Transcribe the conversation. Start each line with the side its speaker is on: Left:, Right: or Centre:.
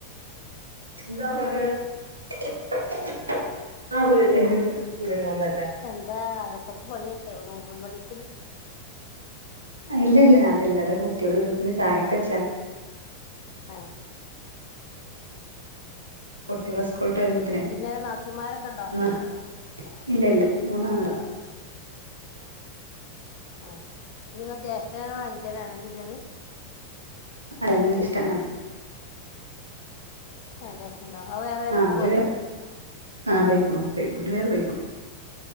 Right: എന്താ പറക്ക <unintelligible> ആ കുട്ട <unintelligible>
Left: എന്താ അട് പത്ത് പണില്ലേ നോമ്പ് പണിണി.
Right: ഇല്ല ഇല്ല അതല്ല അതെ കുട്ടിയോള്വരുമ്പോക് ചായക് വെച്ചാ
Left: ഹേ
Right: കുട്ടികൾ സ്കൂള്ട്ട് വരുമ്പോള്ത്തിനെ
Left: പിന്നെ നാത്തുമാരൊക്കെ ഉണ്ടോ
Right: ന്ന് ഇല്ല ഇല്ല മൂന്നാളാ
Left: ആ അങ്ങക്ക് ജ്യേഷ്ഠനാണോ അൻ ഞ്ചനാണോ ഇഞ്ഞ് ള്ളത്.
Right: ആ രണ്ട് ഷടനാണ്.
Left: ആ ജേഷ്ടണ്ടോ അത്ആ വേറെ രെടുത്ത്
Right: ആ അവര്
Left: പോയോ?
Right: ആ പയിക്കണ് പയിക്കണ് ഓര് വേറെപയിക്ണോ.